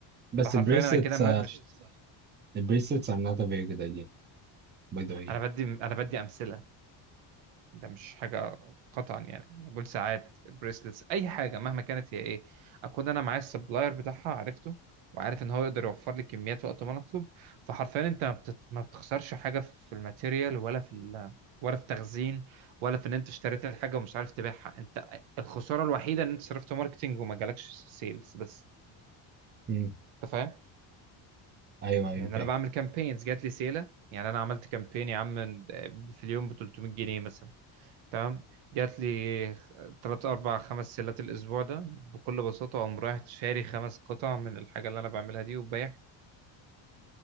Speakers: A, on the right; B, on the right.
A: بس
B: فحرفيا
A: البريسلتس
B: انا كده بس ما- ماشي مش بس
A: البريسلتس are not a very good idea by the way يعني.
B: انا بدي انا بدي امثله ده مش حاجه قطعا يعني بول ساعات بريسلتس اي حاجه مهما كانت هي ايه اكون انا معايا السبلاير بتاعها عرفته وعارف ان هو يقدر يوفر لي كميات وقت ما انا اطلب فحرفيا انت ما بتت- ما بتخسرش حاجه في الماتيريال ولا في ال... ولا في تخزين ولا في ان انت اشتريت الحاجه ومش عارف تبيعها انت الخساره الوحيده ان انت صرفت ماركتينج وما جالكش سيلز بس
A: مم.
B: انت فاهم
A: ايوه ايوه
B: لان
A: فاهم
B: انا بعمل كامبينز جات لي سيله يعني انا عملت كامبين يا عم في اليوم ب 300 جنيه مثلا تمام جات لي 3 4 5 سيلات الاسبوع ده بكل بساطه اقوم رايح شاري خمس قطع من الحاجه اللي انا بعملها دي وبايع